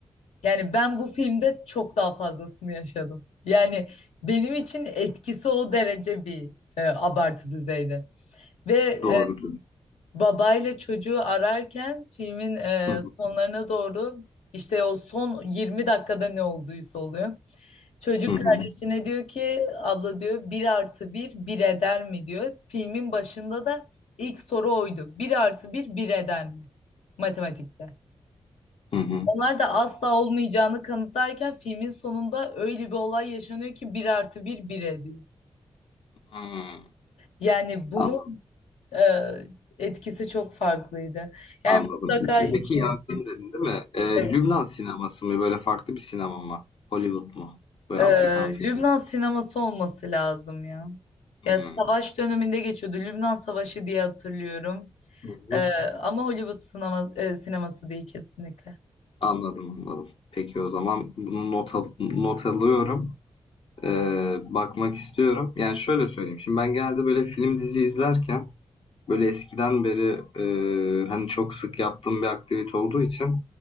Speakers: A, on the left (about 80°); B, on the left (about 55°).
A: yani ben bu filmde çok daha fazlasını yaşadım. Yani benim için etkisi o derece bir e, abartı düzeyde. Ve
B: Doğrudur.
A: Babayla çocuğu ararken filmin e,
B: Hı hı.
A: sonlarına doğru işte o son 20 dakikada ne olduysa oluyor. Çocuk
B: Hı hı.
A: kardeşine diyor ki abla diyor bir artı bir bir eder mi diyor. Filmin başında da ilk soru oydu. Bir artı bir bir eder mi? Matematikte.
B: Hı hı.
A: Onlar da asla olmayacağını kanıtlarken filmin sonunda öyle bir olay yaşanıyor ki bir artı bir bir ediyor.
B: Hıı.
A: Yani bunun
B: Anladım,
A: e, etkisi çok farklıydı. Yani
B: anladım.
A: mutlaka
B: İçimdeki
A: içinde.
B: Yangın dedin, değil mi? Eee,
A: Evet.
B: Lübnan sineması mı? Böyle farklı bir sinema mı? Hollywood mu? Böyle
A: Ee,
B: Amerikan filmi.
A: Lübnan sineması olması lazım ya. Ya
B: Hıı.
A: savaş döneminde geçiyordu. Lübnan Savaşı diye hatırlıyorum.
B: Hı hı.
A: Ee, ama Hollywood sinema, e, sineması değil kesinlikle.
B: Anladım, anladım. Peki o zaman bunu not al- not alıyorum. Eee, bakmak istiyorum. Yani şöyle söyleyeyim. Şimdi ben genelde böyle film dizi izlerken Böyle eskiden beri e, hani çok sık yaptığım bir aktivite olduğu için